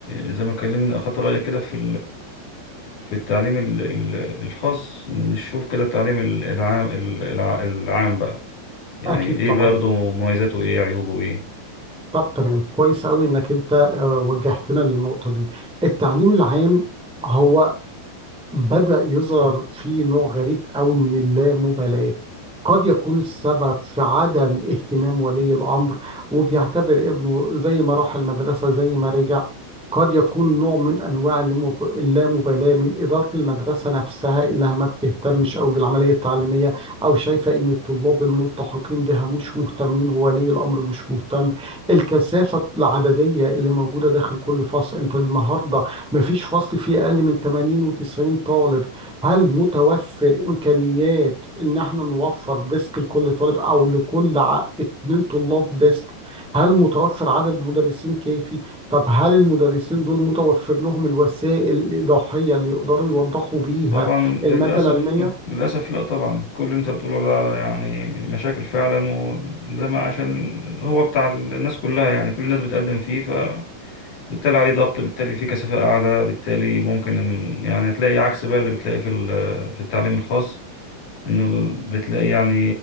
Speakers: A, on the left (about 50°); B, in the centre.
A: آه، زي ما اتكلمنا اخدت رايك كده في في التعليم ال- ال- الخاص نشوف كده التعليم ال- العام ال- الع- العام بقى يعني
B: اكيد
A: ايه
B: طبعا
A: برضه مميزاته ايه عيوبه ايه
B: طب تمام كويس قوي انك انت آه، وجهتنا للنقطه دي التعليم العام هو بدأ يظهر في نوع غريب قوي من اللامبالاة قد يكون السبب في عدم اهتمام ولي الأمر وبيعتبر ابنه زي ما راح المدرسة زي ما رجع قد يكون نوع من أنواع اللامب- اللامبالاة من إدارة المدرسة نفسها إنها ما بتهتمش أو بالعملية التعليمية أو شايفة إن الطلاب الملتحقين بها مش مهتمين وولي الأمر مش مهتم الكثافة العددية اللي موجودة داخل كل فصل أنت النهاردة مفيش فصل فيه أقل من 80 و90 طالب هل متوفر إمكانيات إن احنا نوفر ديسك لكل طالب أو لكل ع- اتنين طلاب ديسك هل متوفر عدد مدرسين كافي طب هل المدرسين دول متوفر لهم الوسائل الإيضاحية اللي يقدروا يوضحوا بيها
A: طبعا للأسف
B: المادة العلمية
A: للأسف لا طبعا كل اللي انت بتقوله ده يعني مشاكل فعلا وزي ما عشان هو بتاع الناس كلها يعني كل الناس بتقدم فيه فبالتالي عليه ضغط بالتالي فيه كثافة أعلى بالتالي ممكن إن- يعني هتلاقي عكس بقى اللي بتلاقي في ال- في التعليم الخاص انه بتلاقي يعني